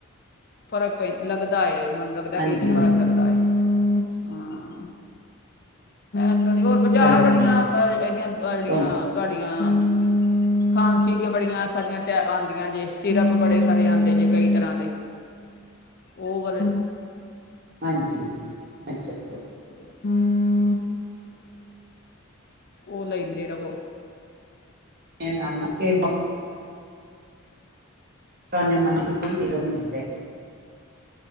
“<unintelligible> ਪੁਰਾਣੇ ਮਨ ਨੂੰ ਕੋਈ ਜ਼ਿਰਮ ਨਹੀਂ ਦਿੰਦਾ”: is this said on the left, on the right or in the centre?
Right